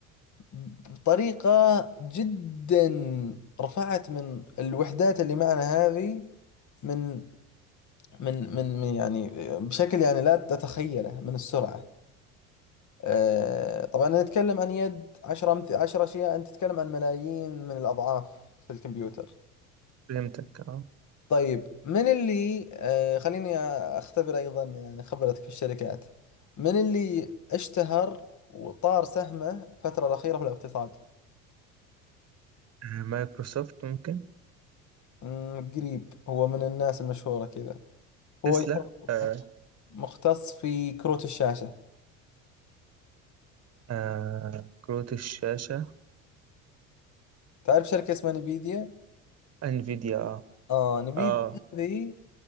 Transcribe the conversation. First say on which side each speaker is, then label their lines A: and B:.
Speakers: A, on the left; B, on the right.
A: بطريقة جدا رفعت من الوحدات اللي معنا هذه من من من من يعني بشكل يعني لا تتخيله من السرعة آه، طبعا أنا أتكلم عن يد عشرة أمث- عشرة أشياء أنت تتكلم عن ملايين من الأضعاف في الكمبيوتر
B: فهمتك اه
A: طيب من اللي آه خليني اختبر ايضا يعني خبرتك في الشركات من اللي اشتهر وطار سهمه الفترة الأخيرة في الاقتصاد
B: آه، مايكروسوفت ممكن
A: مم، قريب هو من الناس المشهورة كذا
B: تسلا
A: هو يكون
B: آه.
A: مختص في كروت الشاشة
B: آه. كروت الشاشة
A: تعرف شركة اسمها نيفيديا
B: انفيديا اه
A: اه نيفيديا
B: اه
A: هذه